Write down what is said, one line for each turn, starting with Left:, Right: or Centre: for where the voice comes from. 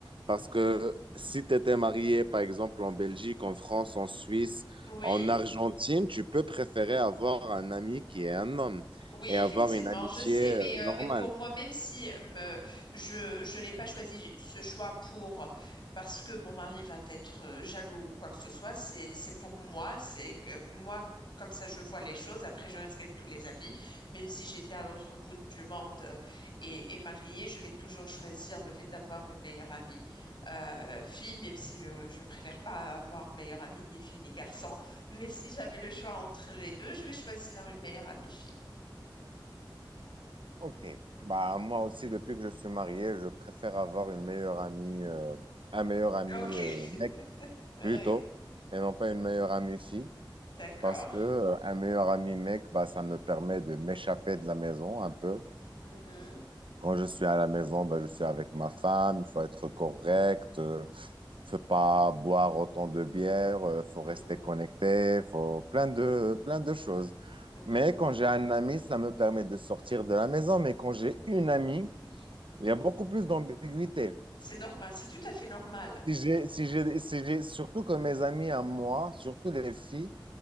Right: parce que si tu étais marié, par exemple, en Belgique, en France, en Suisse,
Left: euh, oui.
Right: en Argentine, tu peux préférer avoir un ami qui est un homme
Left: Oui,
Right: et
Left: effectivement,
Right: avoir une amitié
Left: je sais, mais,
Right: euh,
Left: euh,
Right: normale.
Left: mais pour moi, même si euh, me- je, je n'ai pas choisi ce choix pour parce que mon mari va être euh, jaloux ou quoi que ce soit, c'est, c'est pour moi, c'est que moi, comme ça, je vois les choses. Après, je respecte tous les avis. Même si j'étais à l'autre bout du monde euh, et, et mariée, je vais toujours choisir le fait d'avoir une meilleure amie euh, fille, même si euh, je préfère pas avoir meilleure amie ni fille ni garçon. Mais si j'avais le choix entre les deux, je vais choisir une meilleure amie fille.
Right: Ok. Bah, moi aussi, depuis que je suis marié, je préfère avoir une meilleure amie, euh, un meilleur ami
Left: Ok,
Right: euh, mec
Left: oui,
Right: plutôt, et non pas une meilleure amie fille.
Left: d'accord.
Right: Parce que euh, un meilleur ami mec, bah, ça me permet de m'échapper de la maison un peu.
Left: Mhm,
Right: Quand je suis à la maison, bah, je suis avec ma femme, il faut être correct, euh, faut pas boire autant de bière, euh, faut
Left: mhm,
Right: rester connecté, faut plein de, plein de choses.
Left: mhm.
Right: Mais quand j'ai un ami, ça me permet de sortir de la maison. Mais quand j'ai une amie, il y a beaucoup plus d'ambiguïté.
Left: C'est normal, c'est tout à fait normal.
Right: Si j'ai, si j'ai, si j'ai, surtout que mes amis à moi, surtout les filles,